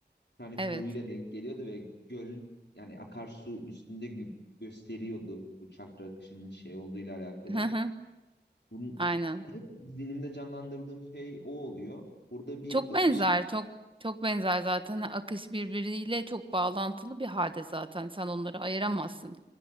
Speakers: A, on the left; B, on the right.
A: bir tane guruyla
B: evet.
A: denk geliyordu ve göl yani akarsu üstünde gö- gösteriyordu bu çakra akışının şey olduğuyla alakalı.
B: <laughs>
A: Bunun
B: Aynen.
A: hep zihnimde canlandırdığım şey o oluyor. Burada bir
B: Çok
A: akış
B: benzer, çok çok benzer zaten. Hani Akış birbiriyle çok bağlantılı bir halde zaten. Sen onları ayıramazsın.